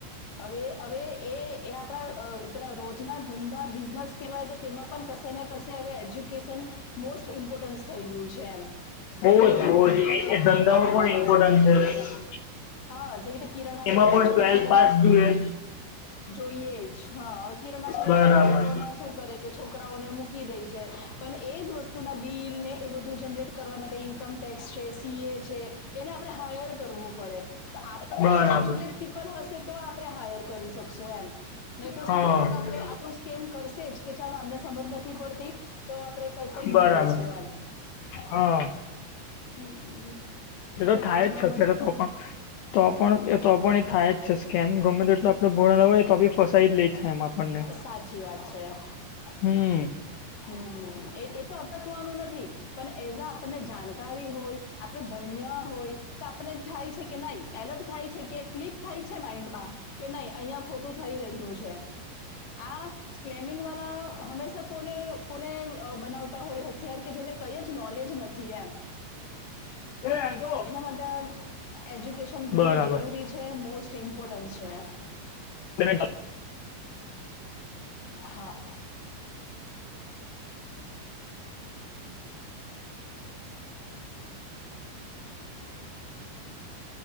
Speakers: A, on the left; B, on the left.
A: હવે હવે એ આપણા પે રોજના ધંધા બિઝનેસ કવાય તો તેમાં પણ કશે ને કશે હવે એજ્યુકેશન મોસ્ટ ઇમ્પોર્ટન્સ થઈ ગયું છે એમ જેવી
B: એમ બોજ
A: રીતે
B: બોજ
A: આપણે કોઈ
B: એ ધંધામાં
A: હા
B: પણ ઇમ્પોર્ટન્ટ છે
A: હા જેવી રીતે કિરણા
B: એમાં
A: સ્ટોર
B: પણ
A: છે
B: ટ્વેલ્થ
A: તો કિરણા
B: પાસ જોઈએ
A: જોઈએ જ હા હવે કિરણા સ્ટોર
B: બરાબર
A: વાળા લોકો ના શું કરે કે છોકરાઓને મૂકી દે છે પણ એજ વસ્તુ વસ્તુ ના બિલ ને એ બધું જનરેટ કરવા માટે ઇન્કમ ટેક્સ છે સી એ છે એને આપણે હાયર કરવું પડે તો આપણે
B: બરાબર
A: એજ્યુકેટ તે પણ હશે તો આપણે હાયર કરી શકશું એમ નહી તો
B: હા
A: સામે વાળો આપ કેમ કરશે જ કે ચાલ આમને સમજ નથી પડતી તો આપણે કઈ પણ મૂકી
B: બરાબર
A: દેસું એમ
B: હા
A: હમ
B: એ
A: એટલે
B: તો થાય
A: આજના
B: જ છે અત્યારે
A: માટે
B: તો પણ તો પણ એ તો પણ એ થાય જ છે સ્કેમ ગમે તો એટલું આપડે ભોર્ણ લાવય તો બી ફસાઈી જ લે છે એમ આપણને
A: સાચી વાત છે હ
B: હમ
A: હમ એ તો અટકવાનું નથી પણ એઝ આ આપણને જાન હોય આપણે ભણિયા હોય તો આપણે થાય છે કે નાહી એલર્ટ થાય છે કે ક્લિક થાય છે માઈન્ડમાં કે નહી અહિયાં ખોટું થઈ રહ્યું છે આ સ્કેમિંગ વાળા હંમેશા કોને કોને બનાવતા હોય હથિયાર કે જેને કઈ જ નોલેજ નથી એમ
B: <inaudible>
A: એના માટે એજ્યુકેશન ઘણું
B: બરાબર
A: જરૂરી છે મોસ્ટ ઇમ્પોર્ટન્ છે
B: <unintelligible>
A: હા